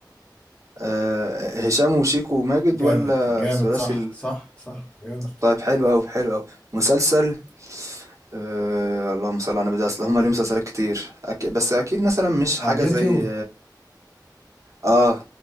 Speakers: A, on the right (about 45°); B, on the left (about 15°).
A: آه، هشام وشيكو وماجد
B: جامد
A: ولا
B: جامد
A: الثلاثي
B: صح
A: ال-
B: صح صح جامد
A: طيب حلو أوي حلو أوي مسلسل أه اللهم صل على النبي ده اصل هما ليهم مسلسلات كتير أك... بس اكيد مثلا مش
B: على
A: حاجه
B: اليوتيوب
A: زي اه